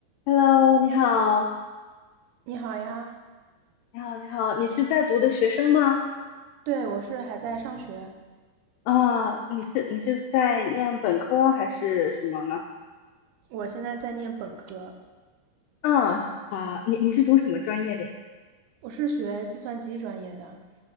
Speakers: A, on the left; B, on the right.
A: Hello，你好，
B: 你好呀，
A: 你好，你好，你是在读的学生吗？
B: 对，我是还在上学，
A: 啊，你是你是在念本科还是什么呢？
B: 我现在在念本科，
A: 啊啊，你你是读什么专业的呀？
B: 我是学计算机专业的